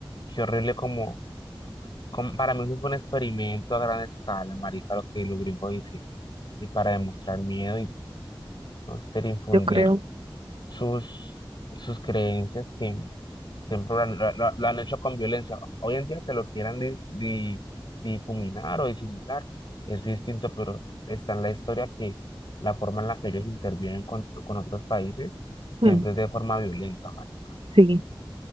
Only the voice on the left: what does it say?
Qué horrible como, como, para mí eso fue un experimento a gran escala, marica, lo que los gringos hicieron. Y para demostrar miedo y no sé, infundir
sus, sus creencias que siempre la la lo- han hecho con violencia. Hoy en día que lo quieran di- di- difuminar o disimular es distinto, pero está en la historia que la forma en la que ellos intervienen con, con otros países
siempre es de forma violenta, marico.